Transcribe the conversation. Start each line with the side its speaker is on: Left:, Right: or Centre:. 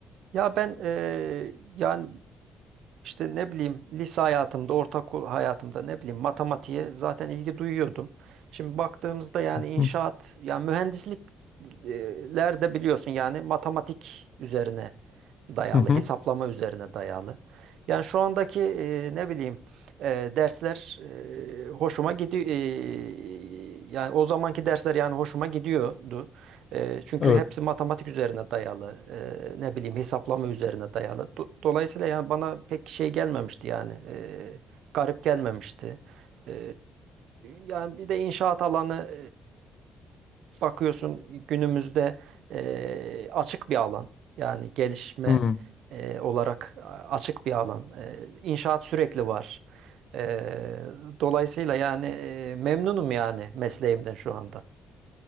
Right: Ya ben eee, yani İşte ne bileyim lise hayatımda, ortaokul hayatımda ne bileyim matematiğe zaten ilgi duyuyordum. Şimdi baktığımızda yani inşaat,
Left: Hı
Right: yani mühendislikler de biliyorsun yani matematik üzerine dayalı,
Left: hı. hı.
Right: hesaplama üzerine dayalı. Yani şu andaki e, ne bileyim e, dersler e, hoşuma gidiyor. E, yani o zamanki dersler yani hoşuma gidiyordu. E, çünkü
Left: Evet.
Right: hepsi matematik üzerine dayalı, e, ne bileyim hesaplama üzerine dayalı. Do- dolayısıyla yani bana pek şey gelmemişti yani, e, garip gelmemişti. E, yani bir de inşaat alanı e, bakıyorsun günümüzde e, açık bir alan. Yani gelişme
Left: Hı.
Right: e, olarak açık bir alan. E, inşaat sürekli var. E, dolayısıyla yani e, memnunum yani mesleğimden şu anda.